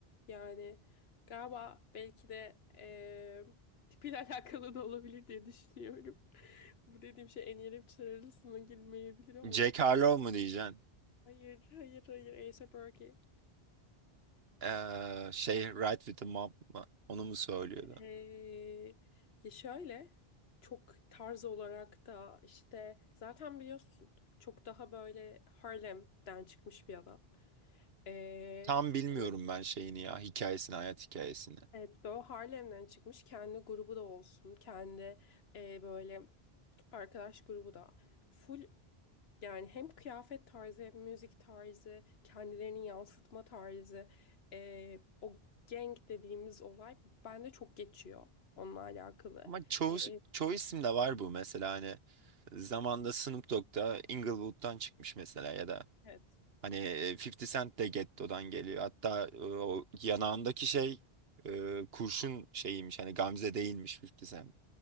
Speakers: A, on the left; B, on the right.
A: Yani galiba belki de eee tipiyle <laughs> alakalı da olabilir diye düşünüyorum. <laughs> Bu dediğim şey en iyi rapçiler arasına girmeyebilir ama
B: Jack Harlow
A: çok
B: mu diyeceksin?
A: hayır hayır hayır A$AP Rocky.
B: Ee, şey Ride with the Mob mı? Onu mu söylüyordu?
A: Ee, ya şöyle çok tarz olarak da işte zaten biliyorsun çok daha böyle Harlem'den çıkmış bir adam. Ee,
B: Tam bilmiyorum
A: böyle,
B: ben şeyini ya hikayesini hayat hikayesini.
A: evet böyle Harlem'den çıkmış kendi grubu da olsun kendi e, böyle arkadaş grubu da full yani hem kıyafet tarzı hem müzik tarzı kendilerini yansıtma tarzı ee, o gang dediğimiz olay bende çok geçiyor onunla alakalı.
B: Ama çoğu,
A: Ee,
B: çoğu isimde var bu mesela hani zamanda Snoop Dogg da Inglewood'dan çıkmış mesela ya da
A: Evet.
B: hani e, 50 Cent de Getto'dan geliyor. Hatta e, o yanağındaki şey e, kurşun şeyiymiş hani Gamze değilmiş 50 Cent.